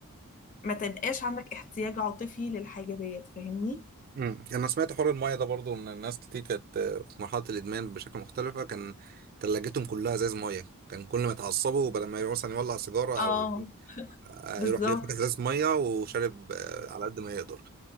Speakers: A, on the left; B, on the right.
A: ما تبقاش عندك احتياج عاطفي للحاجة ديت فاهمني؟
B: امم انا سمعت حوار المايه ده برضو من الناس كتير كانت آه، في مرحله الادمان بشكل مختلفه كان تلاجتهم كلها ازاز مايه كان كل ما يتعصبوا بدل ما يروح مثلا يولع سيجاره
A: اه
B: او آه،
A: بالظبط
B: يروح يفتح ازاز مايه وشارب آه، على قد ما يقدر